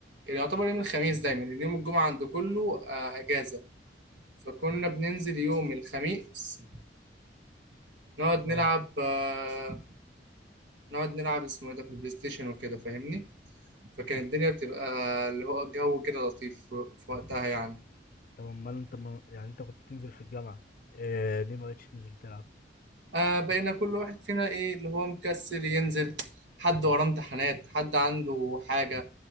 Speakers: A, on the right; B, on the left.
A: كان يعتبر يوم الخميس دايما لان يوم الجمعه عند كله آه، اجازه فكنا بننزل يوم الخميس نقعد نلعب
B: اه
A: آه، نقعد نلعب اسمه ايه ده في البلاي ستيشن وكده فاهمني فكان الدنيا بتبقى اللي هو جو كده لطيف في في وقتها يعني
B: طب امال انت ما... يعني انت كنت بتنزل في الجامعة إيه ليه ما بقتش تنزل تلعب
A: آه بقينا كل واحد فينا ايه اللي هو مكسل ينزل حد وراه امتحانات حد عنده حاجة